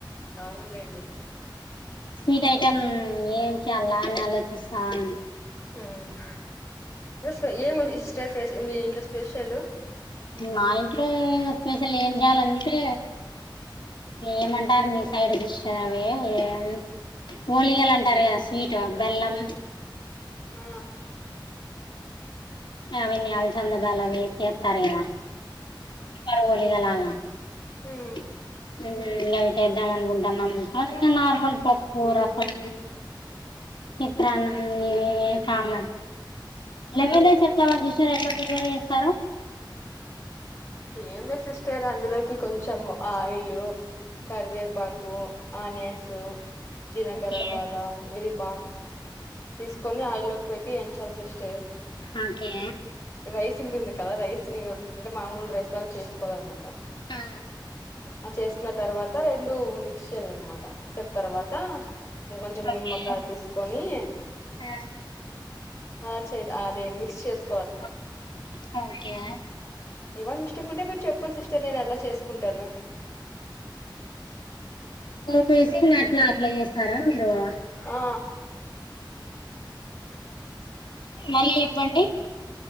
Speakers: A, on the left; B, on the left.
A: ఔన్లేండి
B: స్వీట్ ఐటెమ్ ఏం చేయాల్లా అని ఆలోచిస్తాన్
A: ఉమ్ ఉస్ ఏము స్టర్ ఫేస్ మీ ఇంట్లో స్పెషలు
B: మా ఇంట్లో స్పెషల్ ఏం చేయాలంటే ఏమంటారు మీ సైడ్ సిస్టర్ అవి ఏమ్ ఒలిగలు అంటారు గదా స్వీట్ బెల్లం
A: ఆ
B: అవ్విని అలసందదాలు అవి చేస్తారు గదా లోలి లాగా <inaudible>
A: మ్మ్
B: ఉమ్ నైటేద్దాం అనుకుంటానం ఇంకా నార్మల్ పప్పు, రసం, చిత్రాన్నం ఇవి కామాన్
A: మ్మ్
B: ఏమైన చపల శిష్ సర్ ఎట్ల ప్రిపేర్ చేస్తారో
A: ఏమ్లే సిస్టర్ అందులోకి కొంచెం ఆయిలు కర్వే పాకు ఆనియన్సు జినకరవాల
B: ఓకే
A: ఇది పా తీస్కొని ఆయిలోక్ పెట్ ఎంచ్యాల్ సిస్టర్
B: అకే
A: రైస్ ఉంటుంది కదా రైస్ ని ఒట్ అంటె మామూల్ రైస్ లాగ్ చేస్కోవాలన్నమాట
B: ఆ
A: అ చేస్కున్న తర్వాత రెండు మిక్స్చేయలనమాట స తర్వాతా కొంచెం
B: ఓకే
A: నిమ్మకాయ పిస్కొని
B: ఆ
A: అలా చే అదే మిక్స్ చేస్
B: ఒ ఓకే
A: ఏవల్ మిష్టేకుంటే వె చెప్పండి సిస్టర్ నేను అట్ల చేస్కుంటాను
B: టేసింగ్ అట్లా అట్ల చేస్ అరం ఇరవా
A: ఆ
B: మళ్ళీ చెప్పండి